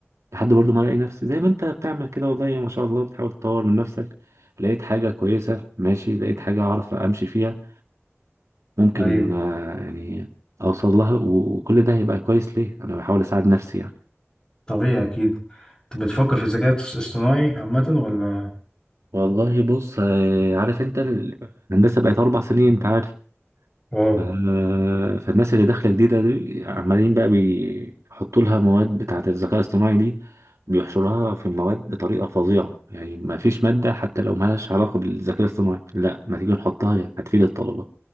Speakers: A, on the right; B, on the left.
A: لحد برضو ما الاقي نفسي زي ما انت بتعمل كده والله ما شاء الله بتحاول تطور من نفسك لقيت حاجه كويسه ماشي لقيت حاجه اعرف امشي فيها ممكن
B: ايوه
A: آه، يعني اوصل لها و- وكل ده هيبقى كويس ليه انا بحاول اساعد نفسي يعني
B: طبيعي اكيد انت بتفكر في الذكاء الاص- الاصطناعي عامه ولا
A: والله بص آه، عارف انت ال- الهندسه بقت اربع سنين انت عارف
B: اه
A: ف- فالناس اللي داخله جديده دي عمالين بقى بيحطوا لها مواد بتاعه الذكاء الاصطناعي دي بيحشرها في المواد بطريقه فظيعه يعني ما فيش ماده حتى لو مالهاش علاقه بالذكاء الاصطناعي لا ما تيجي نحطها يعني هتفيد الطلبه